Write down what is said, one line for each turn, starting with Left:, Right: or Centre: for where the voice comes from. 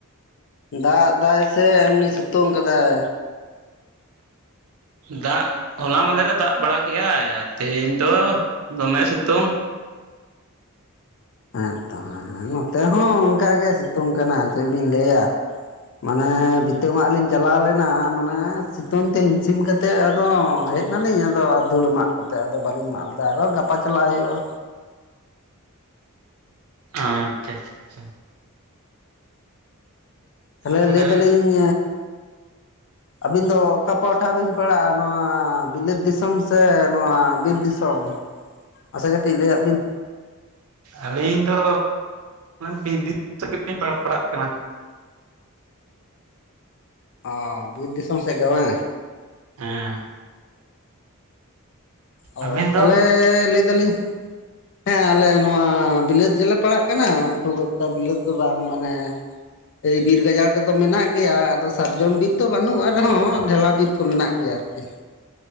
Left: ᱫᱟᱜ ᱫᱟᱭ ᱥᱮ ᱮᱢᱱᱤ ᱥᱤᱛᱩᱝ ᱠᱟᱫᱟᱭ
Right: ᱫᱟᱜ ᱦᱚᱞᱟ ᱢᱟᱸᱫᱷᱮᱨ ᱨᱮ ᱫᱟᱜ ᱵᱟᱲᱟ ᱠᱮᱫᱟᱭ ᱛᱮᱦᱮᱧ ᱫᱚ ᱫᱚᱢᱮ ᱥᱤᱛᱩᱝ
Left: ᱦᱮᱸᱛᱚ ᱦᱮᱸ ᱦᱮᱸ ᱱᱚᱛᱮ ᱦᱚᱸ ᱚᱱᱠᱟᱜᱮ ᱥᱤᱛᱩᱝ ᱠᱟᱱᱟ ᱪᱮᱫ ᱵᱤᱱ ᱞᱟᱹᱭᱟ ᱢᱟᱱᱮ ᱯᱷᱤᱛᱟᱹ ᱢᱟᱜ ᱞᱤᱧ ᱪᱟᱞᱟᱣ ᱞᱮᱱᱟ ᱢᱟᱱᱮ ᱥᱤᱛᱩᱝ ᱛᱮ ᱦᱤᱢᱥᱤᱢ ᱠᱟᱛ ᱟᱫᱚ ᱦᱮᱡ ᱱᱟᱞᱤᱧ ᱟᱫᱚ ᱫᱷᱲᱟ ᱢᱟᱜ ᱠᱟᱛᱮᱫ ᱟᱫᱚ ᱵᱟᱹᱞᱤᱧ ᱢᱟᱜ ᱞᱮᱫᱟ ᱟᱨᱚ ᱜᱟᱯᱟ ᱪᱟᱞᱟᱜ ᱦᱩᱭᱩᱜ-ᱟ
Right: ᱟᱪᱷᱟ ᱟᱪᱷᱟ ᱟᱪᱷᱟ
Left: ᱛᱟᱞᱦᱮ
Right: ᱛᱟᱦᱚᱞᱮ
Left: ᱞᱟᱹᱭ ᱫᱟᱞᱤᱧ ᱟᱹᱵᱤᱱ ᱫᱚ ᱚᱠᱟ ᱯᱟᱦᱴᱟ ᱵᱤᱱ ᱯᱟᱲᱟᱜ-ᱟ ᱱᱚᱣᱟ ᱵᱤᱞᱟᱹᱛ ᱫᱤᱥᱚᱢ ᱥᱮ ᱱᱚᱣᱟ ᱵᱤᱨ ᱫᱤᱥᱚᱢ ᱟᱪᱮ ᱠᱟᱹᱴᱤᱡ ᱞᱟᱹᱭ ᱟᱜ ᱵᱤᱱ
Right: ᱟᱹᱞᱤᱧ ᱫᱚ ᱵᱤᱨ ᱫᱤ ᱥᱮᱫ ᱜᱮᱞᱤᱧ ᱯᱟᱲᱟᱜ ᱠᱟᱱᱟ
Left: ᱚ ᱵᱤᱨ ᱫᱤᱥᱚᱢ ᱥᱮᱫ ᱜᱮ ᱵᱟᱝ
Right: ᱦᱮᱸ
Left: ᱚ
Right: ᱟᱹᱵᱤᱱ
Left: ᱛᱟᱦᱞᱮ
Right: ᱫᱚ
Left: ᱞᱟᱹᱭ ᱫᱟᱞᱤᱧ ᱦᱮᱸ ᱟᱞᱮ ᱱᱚᱣᱟ ᱵᱤᱞᱟᱹᱛ ᱜᱮᱞᱮ ᱯᱟᱲᱟᱜ ᱠᱟᱱᱟ ᱠᱷᱩᱵ ᱮᱠᱴᱟ ᱵᱤᱞᱟᱹᱛ ᱫᱚ ᱵᱟᱝ ᱢᱟᱱᱮ ᱮᱭ ᱵᱤᱨ ᱜᱟᱡᱟᱲ ᱠᱚᱫᱚ ᱢᱮᱱᱟᱜ ᱜᱮᱭᱟ ᱟᱫᱚ ᱥᱟᱨᱡᱚᱢ ᱵᱤᱨ ᱫᱚ ᱵᱟᱹᱱᱩᱜᱼᱟ ᱨᱮᱦᱚᱸ ᱰᱷᱮᱞᱟ ᱵᱤᱨ ᱠᱚ ᱢᱮᱱᱟᱜ ᱜᱮᱭᱟ ᱟᱨᱠᱤ